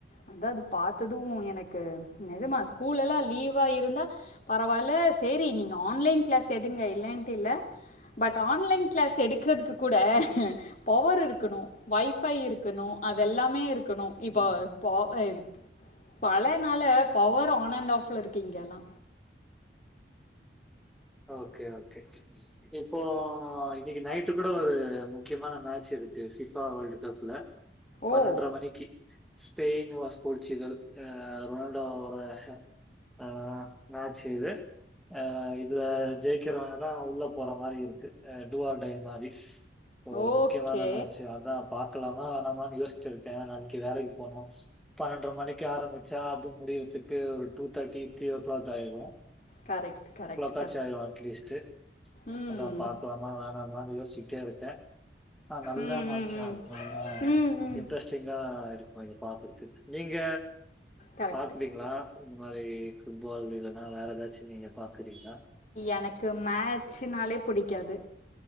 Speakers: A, on the left (about 45°); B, in the centre.
A: அத்தா அது பாத்தது எனக்கு நெஜமா ஸ்கூலெல்லா லீவா இருந்தா பரவால்ல சேரி னர் ரன்னர் ஆன்லைன் க்ளாஸ் எடுங்க இல்லன்ட்டு இல்ல பட் ஆன்லைன் க்ளாஸ் எடுக்றதுக்கு கூட பவர் இருக்கதணு வைஃபை இருக்கணு அதெல்லாமே இருக்கணு இப்பா
B: ம்.
A: பா எடுத் பழேனால பவர் ஆன் அண்ட் ஆஃப்ல இர்க்கு இங்கெல்லா
B: ஓகே ஓகே கெட்ச்சிர்ச்சு இப்போ ஆய் இ நைட்டு கூட ஒரு முக்கியமான மேச் இருக்கு சிஃபா வேல்டு் கப்புல பன்னெண்ட்ர
A: ஓ
B: மணிக்கி ஸ்பெய்ன் வாஸ் போர்ச்சுகல் அ ரொனால்டோ அவரோட ஆ நாச் செய்து ஆ எத் இதுல ஜெயிக்கிறோன்னா உள்ள போற மாரி இருக்கு அ டூவா டையம் மாரி போ ஒரு
A: ஓகே
B: முக்யமான மேச்சு அதா பா்கக்கலாமா வேனாமான் யோஸ்ச்சிருக்கே ஏனன் இ வேலைக்கு போனு பன்னெண்ட்ர மணிக்கி ஆரம்பிச்சா அதுக் முடியறத்துக்கு ஒரு டூ தட்டி த்ரீ ஓ க்ளாக் ஆய்ரு
A: கரெக்ட் கரக்ட்
B: கச்சாய்ரோ அட்லீஸ்ட்டு
A: ம்
B: அதா பாக்கலாமா வேணாமான் யோஸ்ச்சிட்டே இருக்கே ஆ நல்ல
A: ம்
B: நாச்சியாள்
A: ம் ம்
B: நால
A: ம் ம்
B: இன்ட்ரஸ் ச்சிங்கா இருக்மா நீங்க பாத்துற்த்துக் நீங்க
A: கரெக்ட்
B: பாக்குறீங்ளா இந்த மாரி ஃபுட்பால் இல்லன்னா வேற் ஏதாச்சி நீங்க பாக்குறீன்னா
A: எனக்கு மேச்சுனாலே புடிக்காது